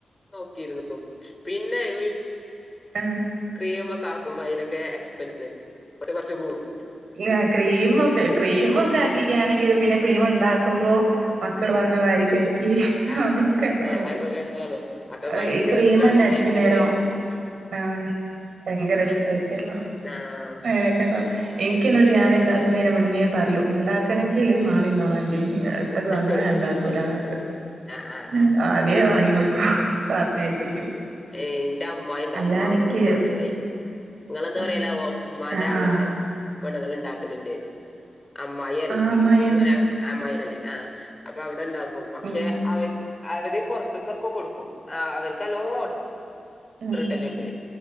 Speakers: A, on the left; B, on the right.
A: നോക്കിയിരുന്നു പിന്നെ വി
B: ആഹ്.
A: ക്രീമ് ഒക്കെ ആക്കുമ്പോ അതിനൊക്കെ എക്സ്പെൻസ് കൊർച്ച് കൂടും.
B: ആഹ് ക്രീമൊക്കെ ക്രീമൊക്കെ ആക്കി കാണെങ്കിൽ പിന്നെ ക്രീമുണ്ടാക്കുമ്പോ. മക്കൾ
A: ഉം.
B: വന്ന് വാരി കഴക്കി
A: ആഹ്
B: അതൊക്കെണ്ടാവും
A: അതന്നെ അതിനോട് തന്നെയാണ് മക്കൾക്ക്
B: അ
A: ഭയങ്കര
B: ഈ ക്രീമന്നെ
A: ഇഷ്ടാണ്
B: വൈുന്നേരോ
A: കേക്ക്
B: ആഹ് ഭയങ്കര ഇഷ്ടമായിരിക്കല്ലോ
A: ആഹ്
B: അങ്ങനെക്കെ ണ്ടാവും എനിക്ക് ഇന്നൊരു ഞാൻ ഇണ്ടാക്കുന്നതിന് മുന്നേ പറിയൂ ഇണ്ടാക്കണെങ്കില് മാറിന്നോളാണ്ടി എട് ത്ത്ക്ക് വന്ന
A: ആഹ്
B: ഞാൻ ഇണ്ടാക്കൂലന്ന്റിയും.
A: ആഹ് ആഹ്
B: ഉം ആധ്യേ വാണിങ്ങ് കൊടുക്കും പറഞ്ഞേൽപ്പിക്കും.
A: ഏയ് ഇന്റെ അമ്മായ് ഉണ്ടാക്കും
B: അല്ലാണ്ട്
A: അമ്മോന്റെ
B: ഇക്ക്
A: പെണ്ണ്ങ്ങളെ. ഇങ്ങളെന്താ
B: ആഹ്
A: പറയലാവോ ഉമ്മാന്റെ
B: ആഹ്
A: ആങ്ങൾന്റെ
B: ആഹ്
A: പെണ്ണ്ങ്ങൾ ഇണ്ടാക്കലുണ്ട്. അമ്മായി അറിയും.
B: ആഹ് അമ്മായിയന്നെ
A: ഇങ്ങനെ അമ്മായിന്നല്ലേ. ആഹ് അപ്പൊ അവിടെ ഇണ്ടാക്കും പക്ഷെ
B: ഉം
A: അവ അവര് പൊർത്ത്ക്കൊക്കെ കൊടുക്കും. ആഹ് അവർക്ക് നല്ലോം ഓർഡർ
B: ഉം
A: കിട്ടലിണ്ട്.